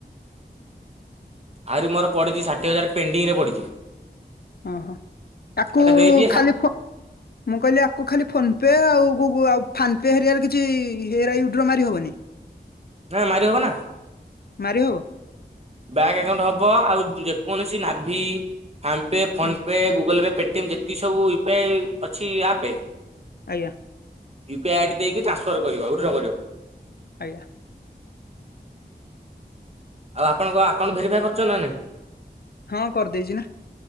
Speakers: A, on the right (about 35°); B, on the left (about 60°).
A: ଆହୁରି ମୋର ପଡ଼ିଛି ଷାଠିଏ ହଜାର ପେଡିଂରେ ପଡ଼ିଛି।
B: ଓହୋ ତାକୁ
A: ଏଟା ଦେଇଛି
B: ଖାଲି ଫୋ ମୁଁ କହିଲି ଆକୁ ଖାଲି ଫୋନ ପେ ଆଉ ଗୁଗ ଆଉ ଫାମ ପେ ହେରିକା ରେ କିଛି ୟେ ହେରା ୱିଥଡ୍ର ମାରି ହବନି।
A: ନାଇଁ ମାରି ହବ ନା।
B: ମାରିହବ।
A: ବ୍ୟାଙ୍କ ଆକାଉଣ୍ଟ ହବ ଆଉ ଯେକୌଣସି ନାଭି ଫ୍ୟାମ୍ ପେ ଫୋନ
B: ହଁ
A: ପେ Google Pay pay TM ଯେତିକି ସବୁ ୟୂପିଆଇ ଅଛି ଆପେ
B: ଆଜ୍ଞା।
A: ୟୁପିଆଇ ଆଇଡି ଦେଇକି ଟ୍ରାନସ୍ଫର କରିବ ୱିଡ୍ର କରିବ।
B: ଆଜ୍ଞା।
A: ଆଉ ଆପଣଙ୍କ ଆକାଉଣ୍ଟ ଭେରିଫାଇ କରିଛ ନା ନାଇଁ?
B: ହଁ କରିଦେଇଛି ନା।